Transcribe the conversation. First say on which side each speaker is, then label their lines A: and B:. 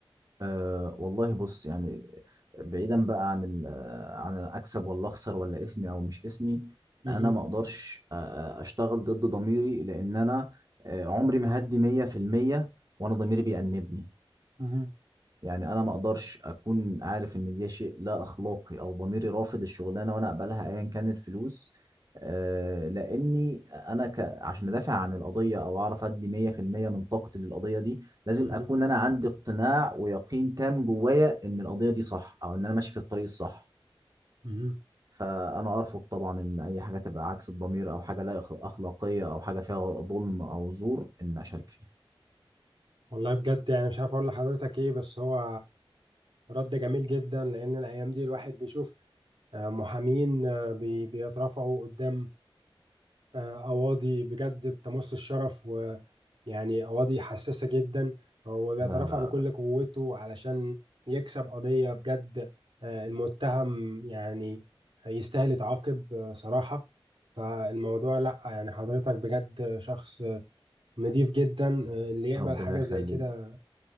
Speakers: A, on the right; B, on the right.
A: أه والله بص يعني بعيدا بقى عن ال- عن اكسب ولا اخسر ولا اسمي او مش اسمي
B: مهم.
A: انا ما اقدرش آه، آه، اشتغل ضد ضميري لان انا آه، عمري ما هدي 100% وانا ضميري بيأنبني
B: مهم.
A: يعني انا ما اقدرش اكون عارف ان ده شيء لا اخلاقي او ضميري رافض الشغلانه وانا اقبلها ايا كان الفلوس آه، لاني انا ك... عشان ادافع عن القضيه او اعرف ادي 100% من طاقتي للقضيه دي لازم
B: مهم.
A: اكون انا عندي اقتناع ويقين تام جوايا ان القضيه دي صح او ان انا ماشي في الطريق الصح
B: مهم.
A: فانا ارفض طبعا ان اي حاجه تبقى عكس الضمير او حاجه لا أخ- اخلاقيه او حاجه فيها ظلم او زور ان اشارك فيها
B: والله بجد يعني مش عارف اقول لحضرتك ايه بس هو رد جميل جدا لان الايام دي الواحد بيشوف آه، محامين آه، بي- بيترفعوا قدام آه، أواضي بجد بتمس الشرف ويعني أواضي حساسة جدا هو بيترفع
A: لا لا
B: بكل
A: لا
B: قوته علشان يكسب قضية بجد آه، المتهم يعني يستاهل يتعاقب آه، صراحة فالموضوع لأ يعني حضرتك بجد شخص آه، نضيف جدا آه، اللي يقبل
A: ربنا
B: حاجة
A: يخليك
B: زي كده